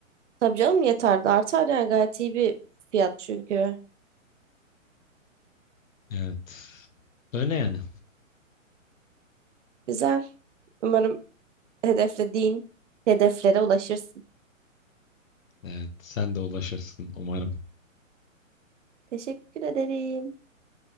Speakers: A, on the right; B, on the left.
A: Tabii canım yeter de artar yani gayet iyi bir fiyat çünkü.
B: Evet. Öyle yani.
A: Güzel. Umarım hedeflediğin hedeflere ulaşırsın.
B: Evet sen de ulaşırsın umarım.
A: Teşekkür ederim.